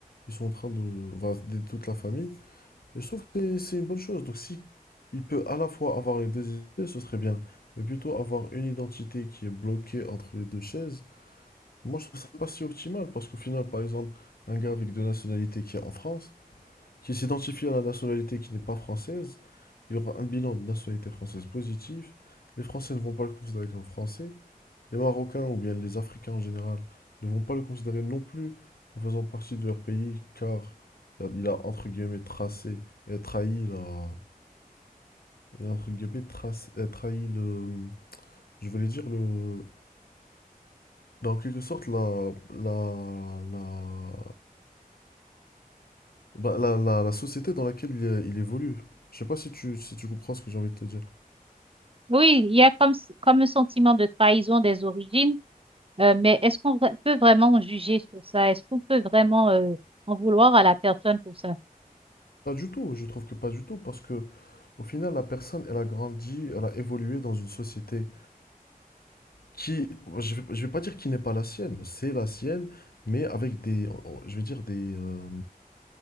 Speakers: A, on the left; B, on the right.
A: ils sont en train de. Enfin, d'aider toute la famille. Et je trouve que c'est c'est une bonne chose. Donc si il peut à la fois avoir les deux idées, ce serait bien. Mais plutôt avoir une identité qui est bloquée entre les deux chaises, moi je trouve ça pas si optimal parce qu'au final, par exemple, un gars avec deux nationalités qui est en France, qui s'identifie à la nationalité qui n'est pas française, il aura un bilan de nationalité française positif. Les Français ne vont pas le considérer comme français. Les Marocains, ou bien les Africains en général, ne vont pas le considérer non plus en faisant partie de leur pays, car il a entre guillemets tracé, euh, trahi la, il a, entre guillemets trace- euh, trahi le, je voulais dire le, bah, en quelque sorte la, la, la, bah, la, la- la société dans laquelle il, é- il évolue. Je sais pas si tu, si tu comprends ce que j'ai envie de te dire.
B: Oui, il y a comme, comme un sentiment de trahison des origines, euh, mais est-ce qu'on vra- peut vraiment juger sur ça? Est-ce qu'on peut vraiment euh, en vouloir à la personne pour ça?
A: Pas du tout, je trouve que pas du tout, parce que au final la personne, elle a grandi, elle a évolué dans une société. qui, je vais, je vais pas dire qui n'est pas la sienne, c'est la sienne, mais avec des, oh, je vais dire des, euh,